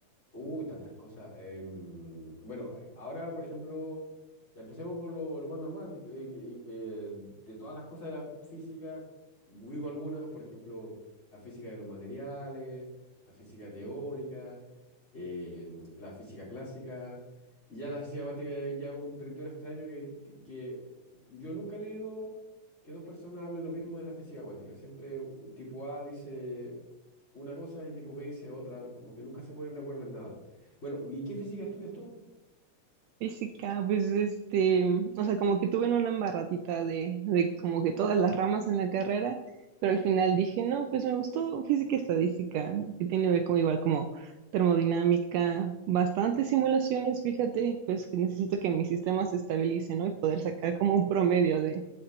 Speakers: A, on the left; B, on the right.
A: Uy, tantas cosas. Em, bueno, eh, ahora, por ejemplo, ya empecemos por lo, lo más normal. eh, que- eh, de todas las cosas de la física, vivo algunas, por ejemplo, la física de los materiales, la física teórica, eh, em, la física clásica, y ya la física cuántica ya ya es un territorio extraño que, que, que yo nunca he leído que dos personas hablen lo mismo de la física cuántica. Siempre u- tipo A dice una cosa y tipo B dice otra, como que nunca se ponen de acuerdo en nada. Bueno, ¿y qué física estudias tú?
B: Física, pues este, o sea, como que tuve en una embarradita de, de como que todas las ramas en la carrera, pero al final dije, no, pues me gustó física y estadística, que tiene que ver con igual como termodinámica, bastantes simulaciones, fíjate, pues que necesito que mi sistema se estabilice, ¿no? Y poder sacar como un promedio de,